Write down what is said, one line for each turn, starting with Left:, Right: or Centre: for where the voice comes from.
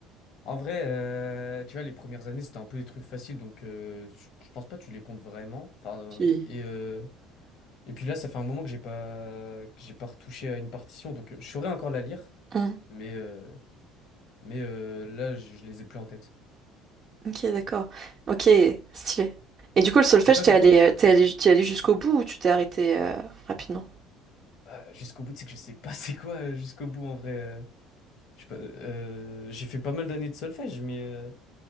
Left: en vrai, euh, tu vois, les premières années, c'était un peu des trucs faciles, donc euh, je je pense pas que tu les comptes vraiment. Enfin, euh,
Right: Tu-
Left: et, euh, et puis là, ça fait un moment que j'ai pas que j'ai pas retouché à une partition, donc euh, je saurais encore la lire,
Right: Hmm,
Left: mais euh, mais euh, là, je je les ai plus en tête.
Right: Ok, d'accord. Ok, stylé. Et du coup, le solfège,
Left: Et toi,
Right: t'es
Left: du
Right: allé,
Left: coup?
Right: euh, t'es allé, t'es allé jusqu'au bout ou tu t'es arrêté euh, rapidement?
Left: Bah, Jusqu'au bout, c'est que je sais pas <laughs> c'est quoi euh, jusqu'au bout en vrai. euh, je sais pas, euh, j'ai fait pas mal d'années de solfège, mais euh,